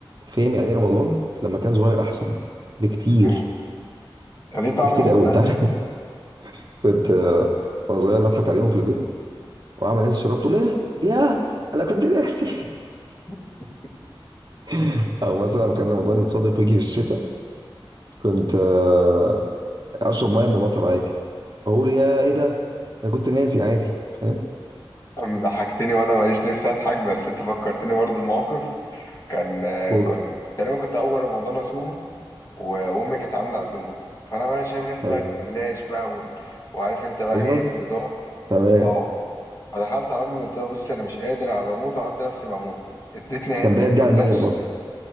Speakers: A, on the right; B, on the left.
A: فاهم يعني ايه رمضان لما كان صغير احسن بكتير
B: امم. كان ليه طعم
A: بكتير
B: مختلف
A: قوي انت عارف <laughs> كنت آه، وانا صغير بضحك عليهم في البيت واعمل ناس شربت تقول ايه يا انا كنت ناسي
B: <laughs>
A: <laughs> او مثلا لما كان رمضان يتصادف ويجي في الشتاء كنت آه، اشرب ميه من المطر بقول يا ايه ده انا كنت ناسي عادي فاهم
B: أم ضحكتني وانا ماليش نفسي اضحك بس انت فكرتني برضه بموقف كان آه،
A: قول
B: كان تقريبا كنت اول رمضان اصومه و- وامي كانت عامله عزومه فانا بقى شامم ريحه
A: حلو
B: بقى الجلاش بقى وال... وعارف انت بقى
A: ايوه
B: ايه الفطار
A: تمام
B: اه فدخلت على امي قلت لها بص انا مش قادر انا بموت وعملت نفسي بموت ادتني
A: كان
B: حته
A: بيعدي على
B: جلاش
A: المغرب اصلا